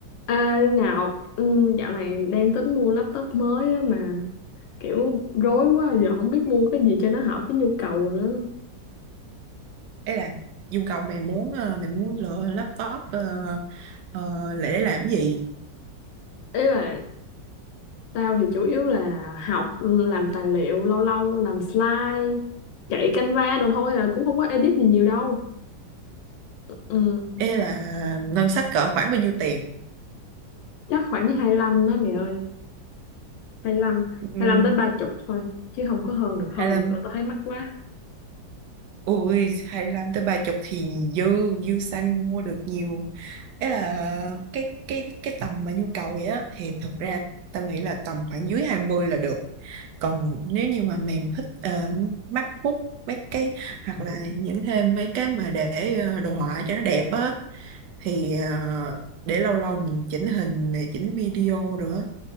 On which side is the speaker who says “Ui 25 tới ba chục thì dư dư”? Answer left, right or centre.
Right